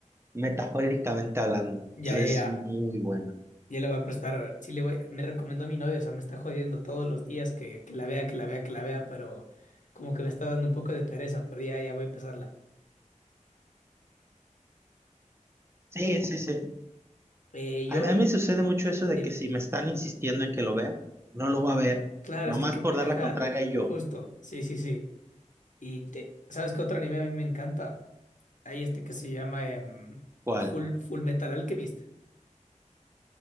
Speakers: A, on the right; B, on the left.
A: metafóricamente hablando.
B: Ya,
A: Entonces,
B: ya, ya.
A: es muy buena.
B: Ya le voy a prestar. Sí, le voy. Me recomendó mi novio, o sea, me está jodiendo todos los días que, que la vea, que la vea, que la vea, pero como que me está dando un poco de pereza, pero ya, ya voy a empezarla.
A: Sí, sí, sí.
B: Eh, yo,
A: A, a mí me sucede mucho eso de
B: dime.
A: que si me están insistiendo en que lo vea, no lo voy a ver.
B: Claro,
A: Nomás
B: es que, qué
A: por
B: pe-
A: dar
B: ajá,
A: la contraria yo.
B: justo, sí, sí, sí. Y te, ¿sabes qué otro anime a mí me encanta? Hay este que se llama em,
A: ¿Cuál?
B: Full, Full Metal Alchemist.